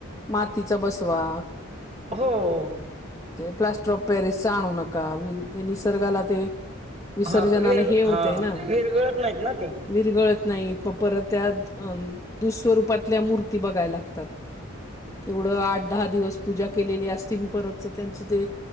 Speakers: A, on the left; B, on the right.
A: मातीचा बसवा...
B: हो.
A: प्लास्टर ऑफ पॅरिसचा आणू नका ते निसर्गाला ते... विसर्जनाला
B: ह विर
A: हे होतंय
B: हा
A: ना
B: विरगळत नाहीत ना ते....
A: विरगळत नाहीत मग परत त्या अं दुःस्वरूपातल्या मूर्ती बघाय लागतात तेवढं आठ दहा दिवस पूजा.... केली असतील परत त्यांच ते